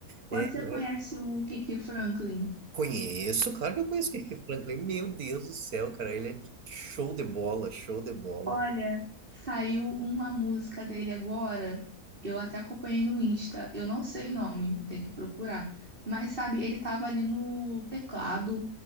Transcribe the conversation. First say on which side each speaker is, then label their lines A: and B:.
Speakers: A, on the right; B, on the right.
A: É,
B: Você
A: é,
B: conhece o Kirk Franklin?
A: conheço, claro que eu conheço o Kirk Franklin. Meu Deus do céu, cara, ele é show de bola, show de bola.
B: Olha, saiu uma música dele agora. Eu até acompanhei no Insta. Eu não sei o nome, tem que procurar. Mas sabe, ele tava ali no teclado